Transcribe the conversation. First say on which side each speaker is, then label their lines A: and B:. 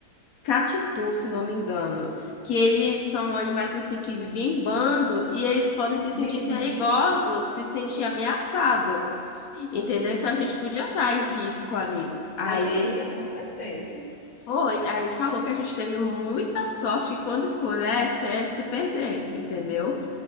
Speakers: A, on the left; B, on the left.
A: Catitu, se não me engano, que eles são animais assim que vivem em bando e eles podem se sentir
B: Menino,
A: perigosos, se sentir ameaçado, entendeu? Então a gente
B: é,
A: podia estar em risco ali. Aí
B: poderia,
A: ele
B: com certeza.
A: foi, aí ele falou que a gente teve muita sorte que quando escurece é se perder, entendeu?